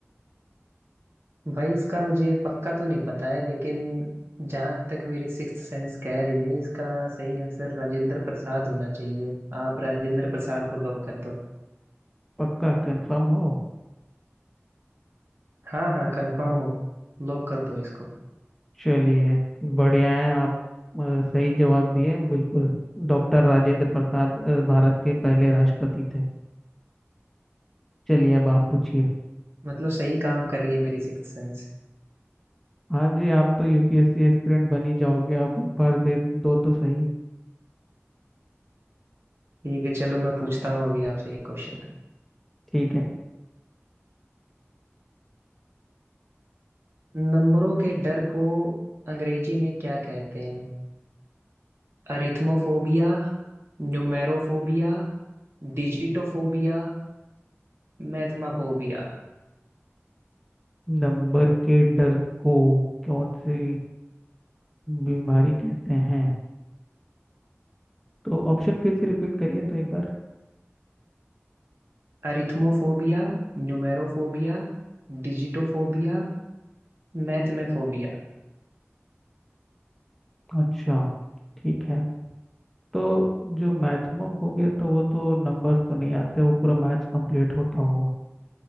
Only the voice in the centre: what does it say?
पक्का कंफर्म हो
चलिए बढ़िया है आप अ, सही जवाब दिए बिल्कुल डॉक्टर राजेंद्र प्रसाद अ, भारत के पहले राष्ट्रपति थे चलिए अब आप पूछिए
हाँ जी आप तो यूपीएससी एस्पिरेंट बन ही जाओगे आप एक बार दे दो तो सही
ठीक है
नंबर के डर को कौन सी बीमारी कहते हैं तो ऑप्शन फिर से रिपीट करिए तो एक बार
अच्छा ठीक है तो जो मैथमोफोबिया तो वो तो नंबर्स तो नहीं आते वो पूरा मैथ्स कंप्लीट होता होगा